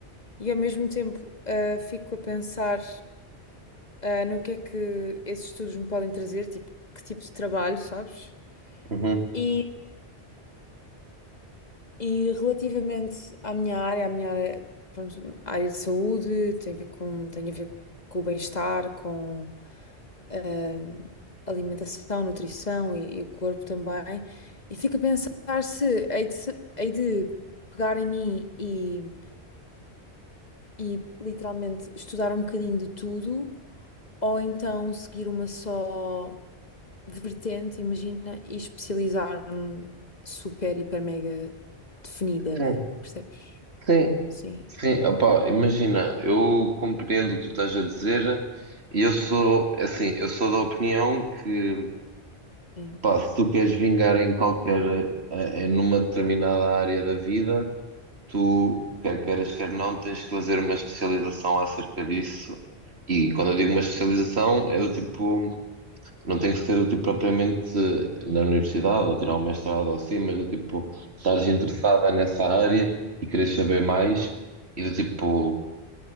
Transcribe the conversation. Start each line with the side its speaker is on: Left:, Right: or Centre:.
Left: e ao mesmo tempo ah, fico a pensar ah, no que é que esses estudos me podem trazer, tipo, que tipo de trabalho, sabes?
Right: Uhum.
Left: E, E relativamente à minha área, à minha área, pronto, área de saúde, tem a ver com, tem a ver com o bem-estar, com ahm, alimentação, nutrição e, e o corpo também. E fico a pensar se hei de, se- hei de pegar em mim e, e literalmente estudar um bocadinho de tudo, ou então seguir uma só vertente, imagina, e especializar-me super, hiper, mega definida,
Right: Sim,
Left: percebes?
Right: sim,
Left: Sim,
Right: sim. Opá, imagina, eu compreendo o que tu estás a dizer e eu sou, assim, eu sou da opinião que,
Left: sim.
Right: pá, se tu queres vingar em qualquer, eh, em numa determinada área da vida, tu, quer queiras, quer não, tens que fazer uma especialização acerca disso. E quando eu digo uma especialização, é do tipo. Não tem que ser do tipo propriamente na universidade, ou tirar um mestrado ou assim, mas do tipo, estás interessada nessa área e queres saber mais, e do tipo.